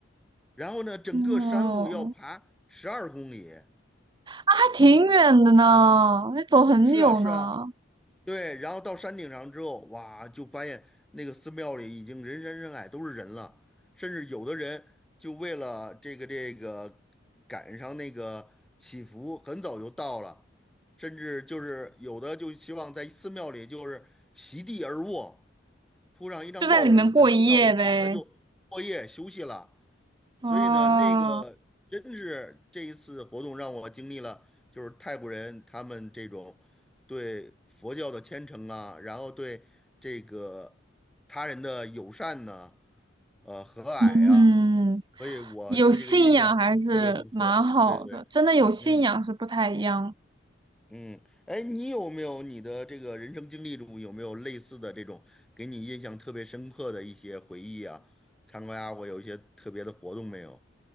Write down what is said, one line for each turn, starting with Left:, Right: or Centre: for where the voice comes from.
Centre: 然后呢，整个山路要爬十二公里。
Right: 哦，还挺远的呢，得走很久呢，
Centre: 是啊，是啊，对。然后到山顶上之后，哇，就发现那个寺庙里已经人山人海，都是人了。甚至有的人就为了这个这个赶上那个祈福，很早就到了。甚至就是有的就希望在寺庙里就是席地而卧。铺上一张报纸，
Right: 就在里面过一夜呗。
Centre: 在寺庙里躺着就过夜休息了。
Right: 哦，
Centre: 所以呢，那个真是这一次活动让我经历了，就是泰国人他们这种对佛教的虔诚啊，然后对这个他人的友善呐、呃和蔼啊，
Right: 嗯，
Centre: 所以我对这个印象特别深刻。
Right: 有信仰还是蛮好的，
Centre: 对对，
Right: 真的有信仰是不太一样的。
Centre: 嗯。嗯，哎，你有没有你的这个人生经历中有没有类似的这种给你印象特别深刻的一些回忆啊？参加过有一些特别的活动没有？